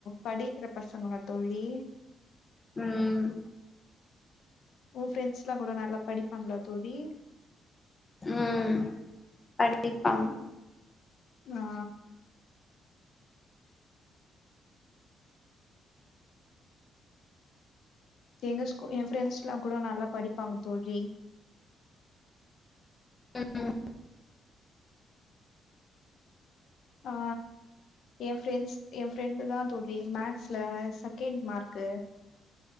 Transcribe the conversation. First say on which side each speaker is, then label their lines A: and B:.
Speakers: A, on the left (about 70°); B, on the left (about 25°).
A: படிக்கிற பசங்களா தோழி
B: ம்
A: ஊன் ஃப்ரெண்ட்ஸ்ல்லா கூடோ நல்லா படிப்பாங்ளா தோழி
B: ம் படிப்பாங்க
A: நா எங்க ஸ்கூ என் ஃப்ரெண்ட்ஸ்ல்லா கூடோ நல்லா படிப்பாங்க தோழி
B: ம் ம்
A: ஆ என் ஃப்ரெண்ட்ஸ் என் ஃப்ரெண்டு் தா தோழி மேக்ஸ்ல செகண்ட் மார்க்கு